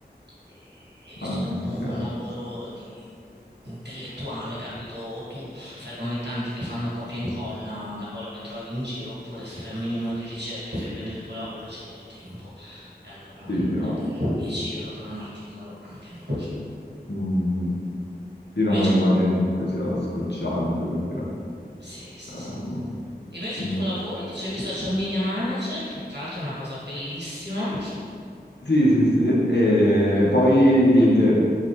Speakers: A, on the right; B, on the left.
A: E, e visto
B: Ah, ok.
A: che comunque
B: Mm. Ah,
A: è un lavoro
B: ok.
A: di, intellettuale, capito? O tu fai come tanti che fanno copia e incolla da quello che trovi in giro, oppure se fai un minimo di ricerca e fai bene il tuo lavoro ci vuole tempo. E allora,
B: Sì, sì,
A: voglio
B: no.
A: dire, 10 euro per un articolo, anche no.
B: Mm, Sì, no,
A: Invece,
B: no, immagino comunque sia scocciante perché...
A: sì, sì,
B: eh,
A: sì. sì.
B: boh.
A: Invece
B: Mm.
A: il tuo lavoro, dicevi social media manager, che tra l'altro è una cosa bellissima.
B: Sì, sì, sì, e poi niente,